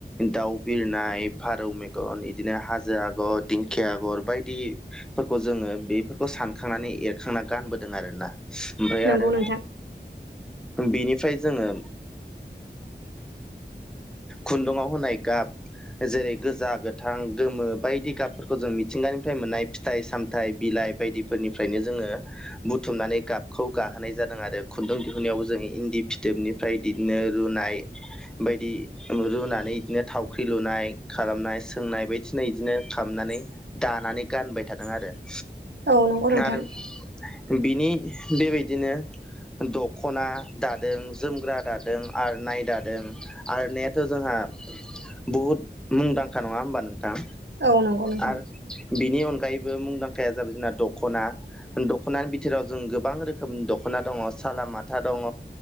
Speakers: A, in the centre; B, on the right.
A: दाउ बिरनाय, फारौ मेगन बिदिनो हाजो आगर, दिंखिया आगर बायदि फोरखौ जोङो बेफोरखौ सान खांनानै एरखांना गानबोदों आरो ना ओमफ्राय
B: नंगौ
A: आरो
B: नोंथां
A: बेनिफ्राय जोङो खुन्दुाव होनाय गाब जेरै गोजा गोथां गोमो बायदि गाबफोरखौ जों मिथिंगानिफ्राय मोननाय फिथाइ साम थाय बिलाइ बायदिफोरनिफ्रायनो जोङो बुथुमनानै गाबखौ गाहोनाय जादों आरो खुन्दुं दिहुननायाव जों इन्दि फिथोबनि फ्राय बिदिनो रुनाय बायदि रुनानै बिदिनो थावख्रि लुनाय खालामनाय सोंनाय बायदि <unintelligible> बिदिनो खालामनानै दानानै गानबाय थादों आरो ।
B: औ नंगौ नोंथां
A: आरो बिनि बेबायदिनो दख'ना दादों, जोमग्रा दादों, आर'नाय दादों आर'नायाथ' जोंहा बहुद मुंदांखा नङा होमबा नोंथां
B: औ नंगौ नोंथां
A: आरो बिनि अनगायैबो मुंदांखाया जाबाय जोंना दख'ना दख'नानि बिथोराव जों गोबां रोखोम दख'ना दङ सालामाथा दङ